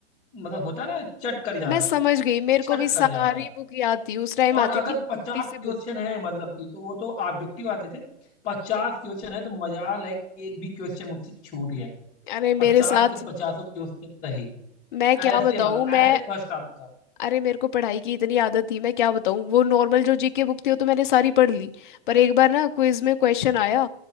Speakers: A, on the left (about 20°); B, on the left (about 45°).
A: मतलब होता है ना चट कर जाना
B: मैं समझ गई मेरे
A: चट
B: को भी सारी
A: कर जाता था।
B: बुक याद थी उस टाइम आती
A: और अगर
B: थी छोटी
A: पचास
B: सी बुक
A: क्वेश्चन है मतलब कि तो वो तो ऑब्जेक्टिव आते थे पचास क्वेश्चन है तो मजाल है कि एक भी क्वेश्चन मुझसे छूट गया है
B: अरे मेरे
A: पचास
B: साथ
A: के पचासों क्वेश्चन सही
B: मैं क्या
A: ऐसे
B: बताऊं
A: मतलब
B: मैं
A: ऐसे फर्स्ट आता था
B: अरे मेरे को पढ़ाई की इतनी आदत थी मैं क्या बताऊं वो नॉर्मल जो जीके बुक थी वो तो मैंने सारी पढ़ ली पर एक बार ना क्विज में क्वेश्चन आया